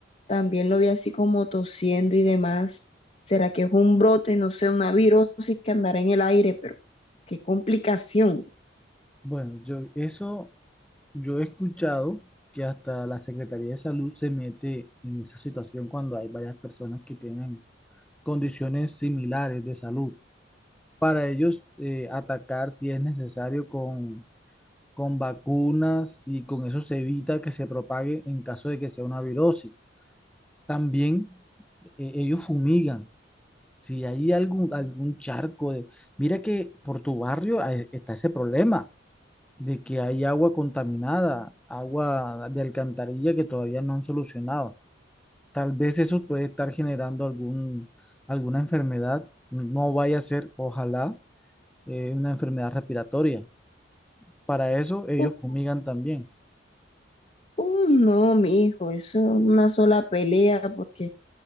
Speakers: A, on the left; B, in the centre.
A: también lo vi así como tosiendo y demás. ¿Será que es un brote, no sé, una virosis que andará en el aire? Pero qué complicación.
B: Bueno, yo eso, yo he escuchado que hasta la Secretaría de Salud se mete en esa situación cuando hay varias personas que tienen condiciones similares de salud. Para ellos eh, atacar si es necesario con, con vacunas y con eso se evita que se propague en caso de que sea una virosis. También eh, ellos fumigan. Si hay algún, algún charco de... Mira que por tu barrio hay- está ese problema de que hay agua contaminada, agua de alcantarilla que todavía no han solucionado. Tal vez eso puede estar generando algún, alguna enfermedad. No vaya a ser, ojalá, eh, una enfermedad respiratoria. Para eso ellos
A: Uh,
B: fumigan también.
A: uh, no, mi hijo, eso es una sola pelea porque